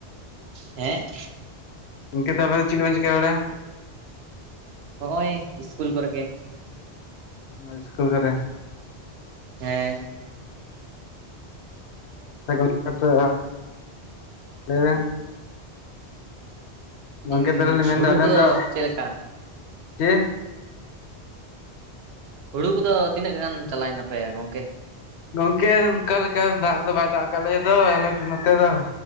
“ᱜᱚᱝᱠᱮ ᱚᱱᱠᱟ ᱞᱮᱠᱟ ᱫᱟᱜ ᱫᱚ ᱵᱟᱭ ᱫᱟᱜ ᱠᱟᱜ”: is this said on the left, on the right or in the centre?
Left